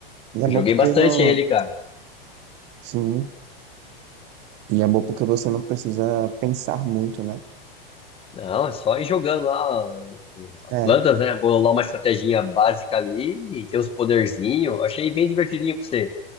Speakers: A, on the right; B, on the left.
A: E
B: Eu
A: é bom
B: joguei
A: porque
B: bastante
A: não.
B: ele, cara.
A: Sim. E é bom porque você não precisa pensar muito, né?
B: Não, é só ir jogando lá o- o- as
A: É,
B: plantas, né? Bolar uma estratégia básica ali e ter os poderzinhos. Achei bem divertidinho pra você